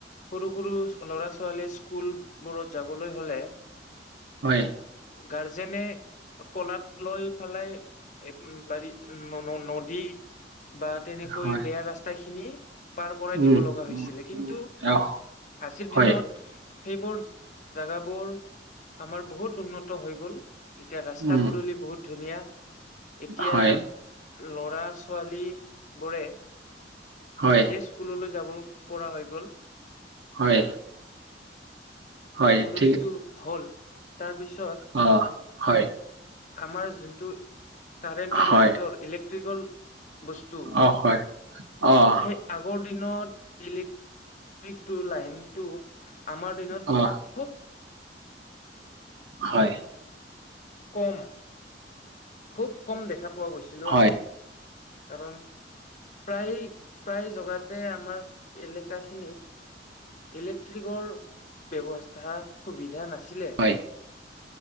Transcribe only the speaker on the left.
সৰু সৰু ল'ৰা ছোৱালীয়ে স্কুল বোৰত যাবলৈ হ'লে
গাৰজেনে ক'লাত লৈ পেলাই এ বাৰী ন' ন' নদী বা তেনেকৈ
বেয়া ৰাস্তা খিনি পাৰ কৰাই
দিব লগা হৈছিলে।
কিন্তু
আজিৰ
দিনত সেইবোৰ, জাগাবোৰ আমাৰ বহুত উন্নত হৈ গ'ল। এতিয়া ৰাস্তা
পদূলি বহুত ধুনীয়া। এতিয়া
ল'ৰা ছোৱালী বোৰে
নিজে স্কুললৈ যাব পৰা হৈ গ'ল।
পদূলীটো
হ'ল তাৰ পিছত
আমাৰ যোনটো কাৰেণ্টৰ
লাইটৰ ইলেক্ট্ৰিকল বস্তু
সেই আগৰ দিনত ইলেক্ট্ৰিকটো লাইনটো আমাৰ দিনত
খুব
কম খুব কম দেখা পোৱা গৈছিলো অ'
আমি। কাৰণ প্ৰায়- প্ৰায় জগাতে আমাৰ এলেকাখিনিত ইলেক্ট্ৰিকৰ ব্যৱস্থা সুবিধা নাছিলে।